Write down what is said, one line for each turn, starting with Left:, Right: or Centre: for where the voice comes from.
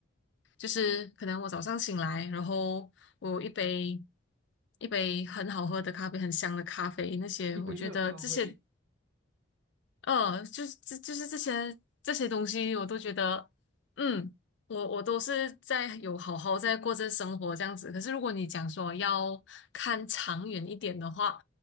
Left: 就是可能我早上醒来，然后我有一杯一杯很好喝的咖啡，很香的咖啡，那些我觉得这些
Right: 一杯热咖啡，
Left: 呃，就是这就是这些这些东西，我都觉得，嗯，我我都是在有好好在过这生活这样子。可是如果你讲说要看长远一点的话，